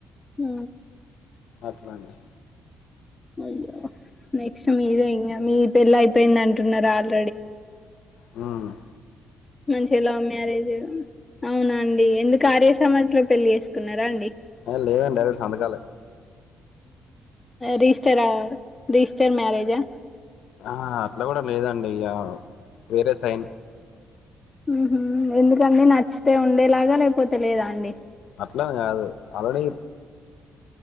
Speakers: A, on the left; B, on the left.
A: ఆ
B: అట్లా అండి
A: అయ్యో నెక్స్ట్ మీదే ఇంగ మీ పెళ్ళ అయిపోయింది అంటున్నారు ఆల్
B: అవును
A: మంచిగ లవ్ మ్యారేజ్ అవునండి ఎందుకు ఆర్య సమాజ్ లో పెళ్ళి చేసుకున్నారా అండి
B: ఆ లేదండి డైరెక్ట్ సంతకాలే
A: రిజిస్టరా రిజిస్టర్ మ్యారేజా
B: ఆ అట్లా కూడా లేదండి ఇగ వేరే సైన్
A: హ్మ్ హు ఎందుకండి నచ్చితే ఉండేలాగా లేకపోతే లేదా అండి
B: అట్లా ని కాదు ఆల్రెడీ